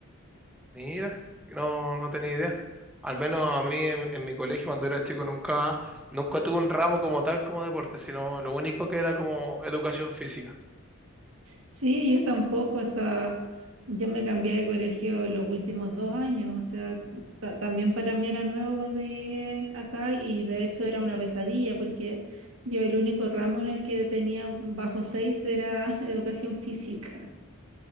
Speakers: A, in the centre; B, on the right.
A: Mira, no, no tenía idea. Al menos a mí en, en mi colegio cuando era chico nunca, nunca tuve un ramo como tal como deporte, sino lo único que era como educación física.
B: Sí, yo tampoco, hasta yo me cambié de colegio los últimos dos años, o sea, ta- también para mí era nuevo cuando llegué acá y de hecho era una pesadilla porque yo el único ramo en el que tenía bajo seis era <laughs> educación física.